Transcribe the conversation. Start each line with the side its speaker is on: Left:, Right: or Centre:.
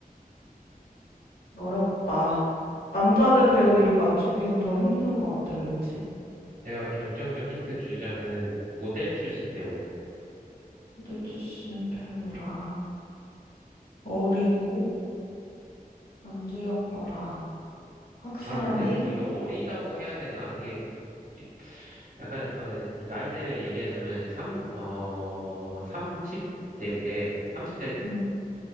Left: 어렵다. 남자들 배우
Right: 내가
Left: 이름 맞추기는 더 힘든 것 같아, 왠지.
Right: 내가 결정적 힌트 주자면은 모델 출신 배우야.
Left: 무대 출신 배우라. 어리고 남주혁과라. 확실하니?
Right: 아 근데 그게 어리다고 해야 되나? 이게 이- 약간 어, 나이대를 얘기하자면 삼, 어, 30대인데 30대
Left: 음.